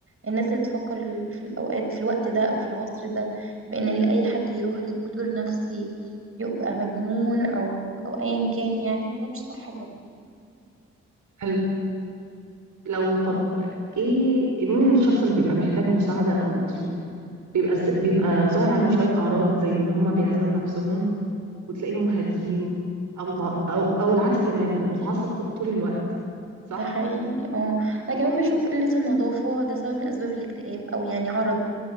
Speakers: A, on the right; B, on the right.
A: الناس اللي تفكر ال- في الأوقات في الوقت ده أو في العصر ده بأن اللي أي حد يروح لدكتور نفسي يبقى مجنون أو أو أيا كان يعني ده مش صح طبعا
B: حلو لو طب ايه مين الشخص اللي بيبقى محتاج مساعده او مكسوف بيبقى ز- بيبقى ظاهر عليهم شويه اعراض زي ان هم بيعزلوا نفسهم وتلاقيهم هاديين او متع... او او العكس تماما متعصب ط- طول الوقت صح
A: ده حقيقي اه انا كمان بشوف قلة النظافة ده سبب من اسباب الاكتئاب او يعني عرض